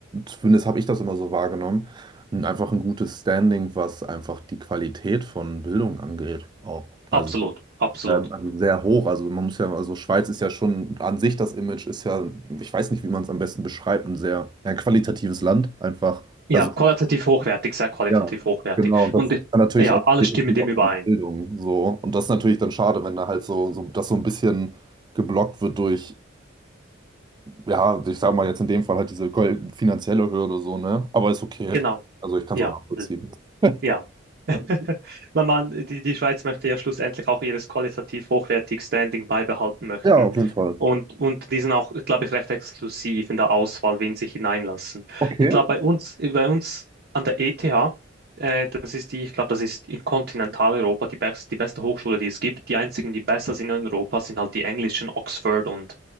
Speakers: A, on the right; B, on the right.
A: zumindest habe ich das immer so wahrgenommen, ein, einfach ein gutes Standing, was einfach die Qualität von Bildung angeht, auch. Also,
B: absolut, absolut.
A: ähm, also sehr hoch. Also man muss ja, also Schweiz ist ja schon an sich das Image ist ja, ich weiß nicht, wie man es am besten beschreibt, ein sehr ein qualitatives Land einfach.
B: Ja,
A: Also
B: qualitativ hochwertig, sehr qualitativ
A: ja,
B: hochwertig.
A: genau. Und das
B: Und
A: ist dann natürlich
B: ja,
A: auch,
B: alle
A: geht
B: stimmen
A: natürlich
B: dem
A: auch
B: überein.
A: um Bildung so. Und das ist natürlich dann schade, wenn da halt so, so das so ein bisschen geblockt wird durch, ja, ich sag mal jetzt in dem Fall halt diese gol- finanzielle Hürde so, ne? Aber ist okay.
B: Genau.
A: Also ich kann
B: Ja,
A: es auch nachvollziehen. <laughs>
B: Ja. <laughs> Weil man, die, die Schweiz möchte ja schlussendlich auch ihres qualitativ hochwertig Standing beibehalten möchten.
A: Ja, auf jeden Fall.
B: Und, und die sind auch, glaube ich, recht exklusiv in der Auswahl, wen sie hineinlassen.
A: Okay.
B: Ich glaube, bei uns, bei uns an der ETH, äh, das ist die, ich glaube, das ist in Kontinentaleuropa die best, die beste Hochschule, die es gibt. Die einzigen, die besser sind in Europa, sind halt die englischen, Oxford und